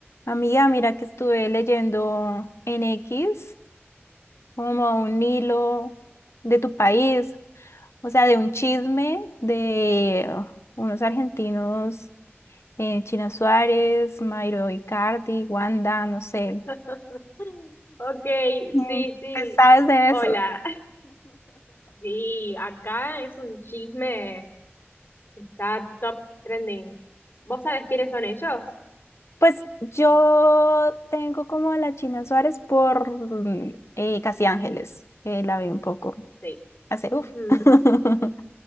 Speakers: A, on the left; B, on the left.
A: Amiga, mira que estuve leyendo en X como un hilo de tu país, o sea, de un chisme de unos argentinos, eh, China Suárez, Mauro Icardi, Wanda, no sé.
B: <laughs> Ok,
A: Mm,
B: sí, sí.
A: ¿Qué sabes de
B: Hola.
A: eso?
B: Sí, acá es un chisme que está top trending. ¿Vos sabés quiénes son ellos?
A: Pues yo tengo como a la China Suárez por mm, eh, Casi Ángeles, que la vi un poco
B: Sí.
A: hace
B: Ujú.
A: uff. <laughs>